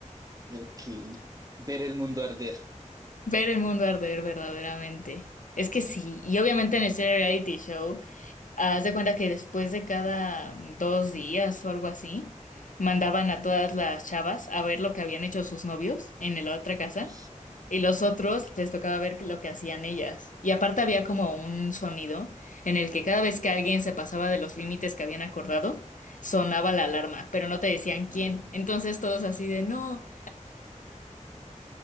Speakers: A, on the right; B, on the left.
A: Ok. Ver el mundo arder.
B: Ver el mundo arder verdaderamente. Es que sí, y obviamente en ese reality show, haz de cuenta que después de cada dos días o algo así, mandaban a todas las chavas a ver lo que habían hecho sus novios en la otra casa,
A: Ay,
B: y los otros les tocaba ver lo que hacían ellas. Y aparte había como un sonido en el que cada vez que alguien se pasaba de los límites que habían acordado, sonaba la alarma, pero no te decían quién.
A: ay.
B: Entonces todos así de no.